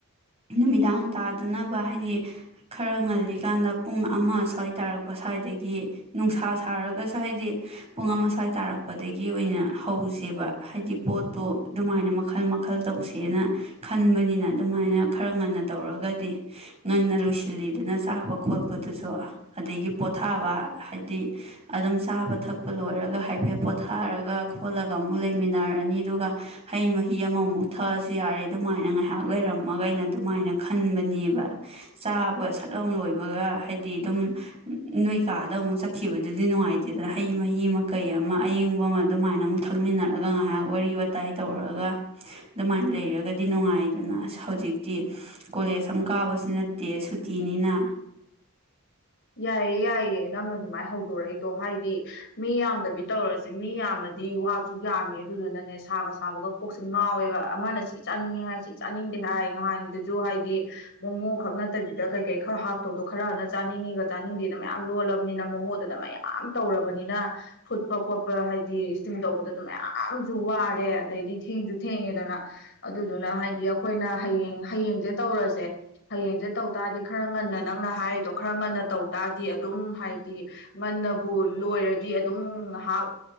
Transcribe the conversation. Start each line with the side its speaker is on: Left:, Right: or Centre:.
Right: ꯅꯨꯃꯤꯗꯥꯡ ꯇꯥꯗꯅꯕ ꯍꯥꯏꯗꯤ ꯈꯔ ꯉꯜꯂꯤꯀꯥꯟꯗ ꯄꯨꯡ ꯑꯃ ꯁ꯭ꯋꯥꯏ ꯇꯥꯔꯛꯄ ꯁ꯭ꯋꯥꯏꯗꯒꯤ ꯅꯨꯡꯁꯥ ꯁꯥꯔꯒꯁꯨ ꯍꯥꯏꯗꯤ ꯄꯨꯡ ꯑꯃ ꯁ꯭ꯋꯥꯏ ꯇꯥꯔꯛꯄꯗꯒꯤ ꯑꯣꯏꯅ ꯍꯧꯁꯦꯕ ꯍꯥꯏꯗꯤ ꯄꯣꯠꯇꯣ ꯑꯗꯨꯃꯥꯏꯅ ꯃꯈꯜ ꯃꯈꯜ ꯇꯧꯁꯦꯅ ꯈꯟꯕꯅꯤꯅ ꯑꯗꯨꯃꯥꯏꯅ ꯈꯔ ꯉꯟꯅ ꯇꯧꯔꯒꯗꯤ ꯉꯟꯅ ꯂꯣꯏꯁ ꯊꯤꯜꯂꯤꯗꯨꯅ ꯆꯥꯕ ꯈꯣꯠꯄꯗꯨꯖꯨ ꯑꯗꯒꯤ ꯄꯣꯊꯥꯕ ꯍꯥꯏꯗꯤ ꯑꯗꯨꯝ ꯆꯥꯕ ꯊꯛꯄ ꯂꯣꯏꯔꯒ ꯍꯥꯏꯐꯦꯠ ꯄꯣꯊꯥꯔꯒ ꯈꯣꯠꯂꯒ ꯑꯃꯨꯛ ꯂꯩꯃꯤꯟꯅꯔꯅꯤ ꯑꯗꯨꯒ ꯍꯩ ꯃꯍꯤ ꯑꯃꯃꯨꯛ ꯊꯛꯑꯁꯨ ꯌꯥꯔꯦ ꯑꯗꯨꯃꯥꯏꯅ ꯉꯥꯏꯍꯥꯛ ꯂꯩꯔꯝꯃꯒ ꯑꯩꯅ ꯑꯗꯨꯃꯥꯏꯅ ꯈꯟꯕꯅꯦꯕ ꯆꯥꯕ ꯕ ꯁꯠꯂꯥꯎ ꯂꯣꯏꯕꯒ ꯍꯥꯏꯗꯤ ꯑꯗꯨꯝ ꯅꯣꯏ ꯀꯥꯗ ꯑꯃꯨꯛ ꯆꯠꯈꯤꯕꯗꯨꯗꯤ ꯅꯨꯡꯉꯥꯏꯇꯦꯗꯅ ꯍꯩ ꯃꯍꯤꯃ ꯃꯀꯩ ꯑꯃ ꯑꯌꯤꯡꯕ ꯑꯃ ꯑꯗꯨꯃꯥꯏꯅ ꯑꯃꯨꯛ ꯊꯛꯃꯤꯟꯅꯔꯒ ꯉꯥꯏꯍꯥꯛ ꯋꯥꯔꯤ ꯋꯥꯇꯥꯏ ꯇꯧꯔꯒ ꯑꯗꯨꯃꯥꯏꯅ ꯂꯩꯔꯒꯗꯤ ꯅꯨꯡꯉꯥꯏꯗꯅ ꯍꯧꯖꯤꯛꯇꯤ ꯀꯣꯂꯦꯖ ꯑꯃ ꯀꯥꯕꯁꯨ ꯅꯠꯇꯦ ꯁꯨꯠ ꯇꯤꯅꯤꯅ
Left: ꯌꯥꯏꯌꯦ ꯌꯥꯏꯌꯦ ꯅꯪꯅ ꯑꯗꯨꯃꯥꯏꯅ ꯍꯧꯗꯣꯔꯛꯏꯗꯣ ꯍꯥꯏꯗꯤ ꯃꯤ ꯌꯥꯝꯗꯕꯤ ꯇꯧꯔꯖꯤ ꯃꯤ ꯌꯥꯝꯃꯗꯤ ꯋꯥꯥꯖꯨ ꯌꯥꯝꯃꯤ ꯑꯗꯨꯗꯨꯅꯅꯦ ꯁꯥꯒ ꯁꯥꯕꯒ ꯀꯣꯛꯁꯦ ꯉꯥꯎꯋꯦꯕ ꯑꯃꯅ ꯁꯤ ꯆꯥꯅꯤꯡꯉꯤ ꯍꯥꯏ ꯁꯤ ꯆꯥꯅꯤꯡꯗꯦ ꯍꯥꯏ ꯉꯍꯥꯟꯒꯤꯗꯨꯖꯨ ꯍꯥꯏꯗꯤ ꯃꯣꯃꯣ ꯈꯛ ꯅꯠꯇꯕꯤꯗ ꯀꯩ ꯀꯩ ꯈꯔ ꯍꯥꯞꯇꯧꯗꯣ ꯈꯔꯅ ꯆꯥꯅꯤꯡꯉꯤꯒ ꯆꯥꯅꯤꯡꯗꯦꯗ ꯃꯌꯥꯝ ꯂꯣꯜꯂꯕꯅꯤꯅ ꯃꯣꯃꯣꯗꯨꯗ ꯃꯌꯥꯝ ꯇꯧꯔꯕꯅꯤꯅ ꯐꯨꯠꯄ ꯈꯣꯠꯄ ꯍꯥꯏꯗꯤ ꯏꯁꯇꯤꯝ ꯇꯧꯕꯗꯖꯨ ꯃꯌꯥꯝꯖꯨ ꯋꯥꯔꯦ ꯑꯗꯩꯗꯤ ꯊꯦꯡꯖꯨ ꯊꯦꯡꯉꯦꯗꯅ ꯑꯗꯨꯗꯨꯅ ꯍꯥꯏꯗꯤ ꯑꯈꯣꯏꯅ ꯍꯌꯦꯡ ꯍꯌꯦꯡꯖꯦ ꯇꯧꯔꯖꯦ ꯍꯌꯦꯡꯖꯦ ꯇꯧ ꯇꯥꯔꯗꯤ ꯈꯔ ꯉꯟꯅ ꯅꯪꯅ ꯍꯥꯏꯔꯤꯗꯣ ꯈꯔ ꯉꯟꯅ ꯇꯧ ꯇꯥꯔꯗꯤ ꯑꯗꯨꯝ ꯍꯥꯏꯗꯤ ꯉꯟꯅꯕꯨ ꯂꯣꯏꯔꯗꯤ ꯑꯗꯨꯝ ꯉꯥꯏꯍꯥꯛ